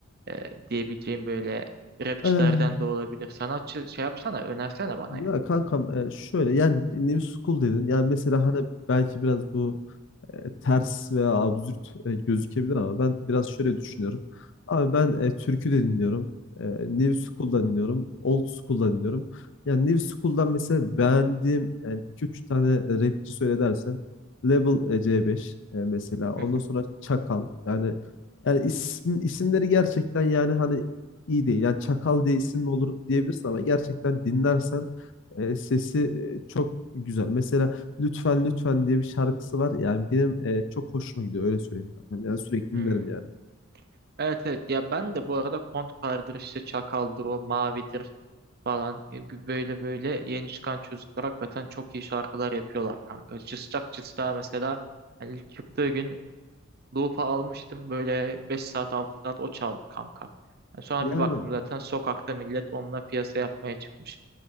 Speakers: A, on the right (about 50°); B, on the left (about 65°).
A: e, diyebileceğin böyle rapçilerden
B: Eh,
A: de olabilir. Sanatçı şey yapsana önersene bana
B: ya
A: yani.
B: kankam e, şöyle yani New School dedin. Yani mesela hani belki biraz bu e, ters veya absürt e, gözükebilir ama ben biraz şöyle düşünüyorum. Abi ben e, türkü de dinliyorum. E, New School'da dinliyorum. Old School'da dinliyorum. Yani New School'dan mesela beğendiğim yani 2-3 tane rapçi söyle dersen Label e, C5 e, mesela. Ondan
A: Hı hı.
B: sonra Çakal. Yani yani isim, isimleri gerçekten yani hani iyi değil. Yani Çakal diye isim mi olur diyebilirsin ama gerçekten dinlersen e, sesi e, çok güzel. Mesela Lütfen Lütfen diye bir şarkısı var. Yani benim e, çok hoşuma gidiyor öyle söyleyeyim. kankam. Yani sürekli
A: Hmm.
B: dinlerim yani.
A: Evet evet ya ben de bu arada Kontkar'dır işte Çakal'dır o Mavi'dir falan E, böyle böyle yeni çıkan çocuklar hakikaten çok iyi şarkılar yapıyorlar kanka. Cıstak Cıstak'a mesela hani ilk çıktığı gün Loop'a almıştım. Böyle 5 saat 6 saat o çaldı kanka. Yani sonra
B: Yani
A: bir baktım zaten sokakta millet onunla piyasa yapmaya çıkmış.